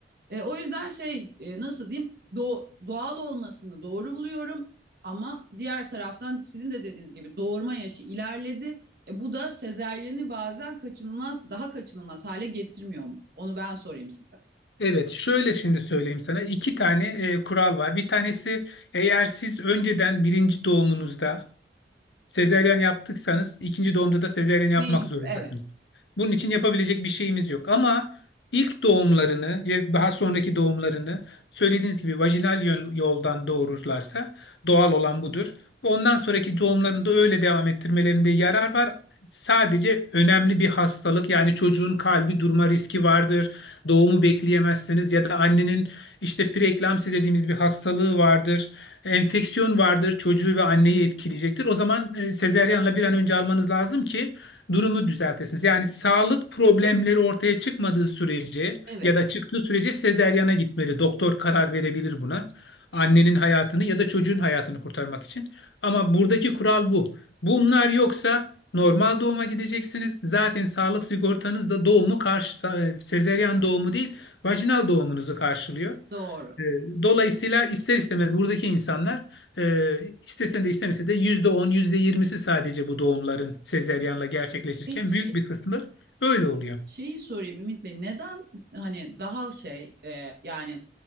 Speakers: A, on the right (about 55°); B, on the left (about 90°).
A: E, o yüzden şey e, nasıl diyeyim do- doğal olmasını doğru buluyorum ama diğer taraftan sizin de dediğiniz gibi doğurma yaşı ilerledi. E, bu da sezeryeni bazen kaçınılmaz daha kaçınılmaz hale getirmiyor mu? Onu ben sorayım size.
B: Evet, şöyle şimdi söyleyeyim sana. İki tane e, kural var. Bir tanesi eğer siz önceden birinci doğumunuzda Sezeryen yaptıysanız ikinci doğumda da sezeryen yapmak
A: Mecbur
B: zorundasınız.
A: evet
B: Bunun için yapabilecek bir şeyimiz yok. Ama ilk doğumlarını ya daha sonraki doğumlarını söylediğiniz gibi vajinal yön- yoldan doğururlarsa doğal olan budur. Ve Ondan sonraki doğumlarını da öyle devam ettirmelerinde yarar var. Sadece önemli bir hastalık yani çocuğun kalbi durma riski vardır. Doğumu bekleyemezsiniz ya da annenin işte preeklamsi dediğimiz bir hastalığı vardır enfeksiyon vardır, çocuğu ve anneyi etkileyecektir. O zaman e, sezeryanla bir an önce almanız lazım ki durumu düzeltesiniz. Yani sağlık problemleri ortaya çıkmadığı sürece
A: evet
B: ya da çıktığı sürece sezeryana gitmeli. Doktor karar verebilir buna. Annenin hayatını ya da çocuğun hayatını kurtarmak için. Ama buradaki kural bu. Bunlar yoksa normal doğuma gideceksiniz. Zaten sağlık sigortanız da doğumu karşı, e, sezeryan doğumu değil, vajinal doğumunuzu karşılıyor.
A: doğru.
B: E, Dolayısıyla ister istemez buradaki insanlar e, istesen de istemese de %10, %20'si sadece bu doğumların sezeryanla gerçekleşirken
A: Peki
B: büyük bir kısmı öyle oluyor.
A: Şeyi sorayım Ümit Bey, neden hani daha şey e, yani